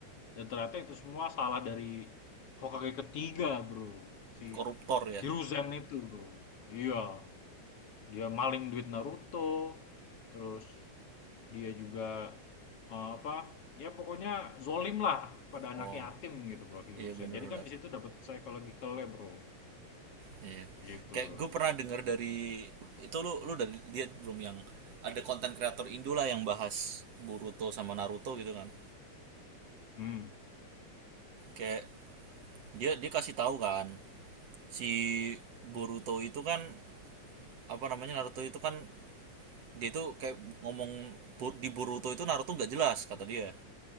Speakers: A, on the left; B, on the right.
A: dan ternyata itu semua salah dari Hokage ketiga bro si
B: koruptor ya
A: Hiruzen itu bro iya dia maling duit Naruto terus dia juga eh, apa ya pokoknya zolim lah pada anak
B: oh
A: yatim gitu bro Hiruzen
B: iya bener-bener
A: jadi kan di situ dapat psychological-nya bro
B: Iya.
A: gitu
B: Kayak
A: bro
B: gue pernah denger dari itu lu lu udah lihat belum yang ada konten kreator Indo lah yang bahas Boruto sama Naruto gitu kan.
A: hmm
B: Kayak dia dia kasih tahu kan si Boruto itu kan apa namanya Naruto itu kan dia itu kayak ngomong di Boruto itu Naruto nggak jelas kata dia